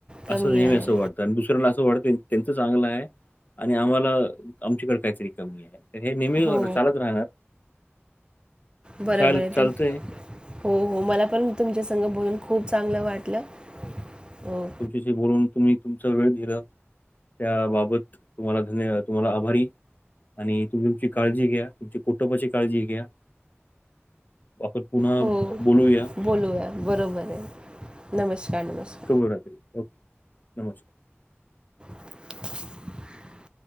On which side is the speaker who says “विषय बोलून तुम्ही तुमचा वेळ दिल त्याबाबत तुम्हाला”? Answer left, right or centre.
Left